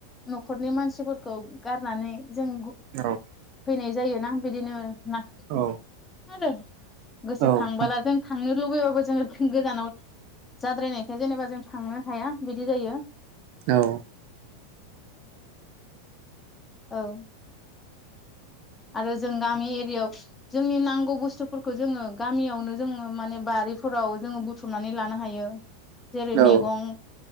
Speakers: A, on the left; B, on the right.
A: न'खरनि मानसिफोरखौ गारनानै जों गु
B: औ
A: फैनाय जायोना बिदिनो ना
B: औ
A: आरो। गोसोखांबोला
B: औ नंगौ
A: जों थांनो लुबैबाबो जोङो गोजानाव जाद्रायनायखाय जेनेबा जों थांनो हाया बिदि जायो।
B: औ।
A: औ। आरो जों गामि एरियायाव जोंनि नांगौ बुस्थुफोरखौ जोङो गामियावनो जोङो माने बा बारिफोराव जोङो बुथुमनानै लानो हायो। जेरै
B: उम
A: मेगं